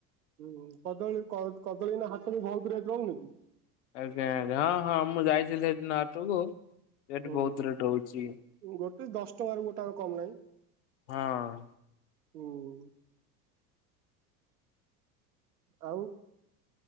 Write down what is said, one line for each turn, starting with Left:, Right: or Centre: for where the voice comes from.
Right: ହୁଁ କଦଳୀ-କଦଳୀ ଏଇନା ହାଟରେ ବହୁତ ରେଟ୍ ରହୁନି କି।
Left: ଆଜ୍ଞା ଆଜ୍ଞା। ହଁ ହଁ, ମୁଁ ଯାଇଥିଲି ସେଦିନ ହଟୋକୁ ସେଟି
Right: ହୁଁ।
Left: ବହୁତ ରେଟ୍ ହଉଚି।
Right: ଗୋଟେ ଦଶ ଟଙ୍କାରୁ ଗୋଟା କମ ନାହିଁ।
Left: ହଁ।
Right: ଉଁ। ଆଉ